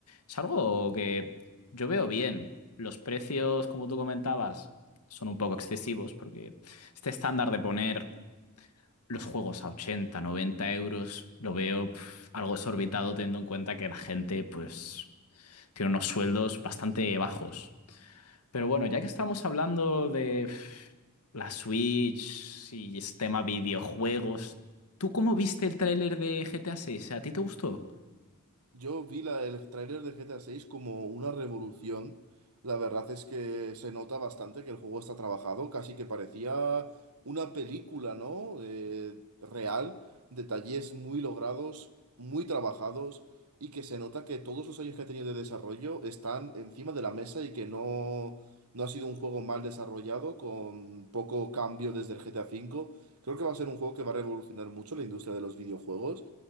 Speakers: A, on the left; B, on the right.
A: es algo que yo veo bien. Los precios, como tú comentabas, son un poco excesivos porque este estándar de poner los juegos a 80, 90 euros, lo veo pf, algo exorbitado teniendo en cuenta que la gente, pues tiene unos sueldos bastante bajos. Pero bueno, ya que estamos hablando de pf, la Switch y este tema videojuegos, ¿tú cómo viste el tráiler de GTA 6? ¿A seis? ¿A ti te gustó?
B: Yo vi la, el tráiler de GTA 6 como una revolución. La verdad es que se nota bastante que el juego está trabajado, casi que parecía una película, ¿no? Eh, real, detalles muy logrados, muy trabajados y que se nota que todos los años que ha tenido de desarrollo están encima de la mesa y que no, no ha sido un juego mal desarrollado con poco cambio desde el GTA V. Creo que va a ser un juego que va a revolucionar mucho la industria de los videojuegos